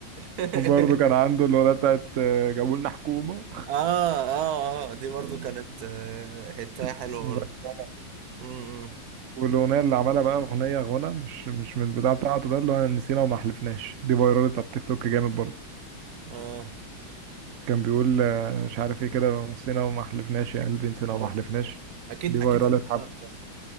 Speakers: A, on the right; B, on the right.
A: إيه
B: وبرضه كان عنده الأغنية بتاعت آه، جابوا لنا حكومة
A: <laughs> اه اه اه دي برضو
B: آه.
A: كانت آه، حتة
B: <laughs>
A: حلوة برضو امم
B: والأغنية اللي عملها بقى أغنية غنى مش مش من البتاع بتاعته ده اللي هو نسينا وما حلفناش دي فيرالت على التيك توك جامد برضه
A: اه
B: كان بيقول آه، مش عارف ايه كده نسينا وما حلفناش يا قلبي نسينا وما
A: أو-
B: حلفناش
A: اكيد
B: دي فيرالت
A: اكيد سمعتها
B: حب
A: اساسا